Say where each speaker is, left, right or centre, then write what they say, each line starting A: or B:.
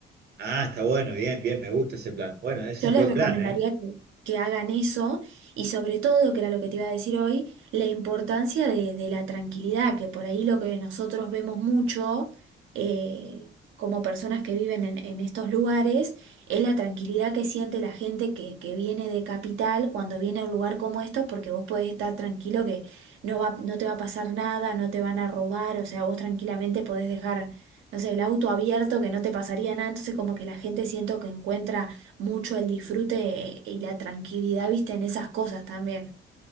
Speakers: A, on the right; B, on the right.
A: Ah, está bueno, bien, bien, me gusta ese plan. Bueno, es
B: Yo
A: un
B: les
A: buen
B: recomendaría
A: plan, ¿eh?
B: que, que hagan eso y sobre todo, que era lo que te iba a decir hoy, la importancia de, de la tranquilidad, que por ahí lo que nosotros vemos mucho eh, como personas que viven en, en estos lugares es la tranquilidad que siente la gente que, que viene de capital cuando viene a un lugar como estos, porque vos podés estar tranquilo que no va, no te va a pasar nada, no te van a robar, o sea, vos tranquilamente podés dejar, no sé, el auto abierto que no te pasaría nada, entonces como que la gente siento que encuentra mucho el disfrute eh, y la tranquilidad, viste, en esas cosas también.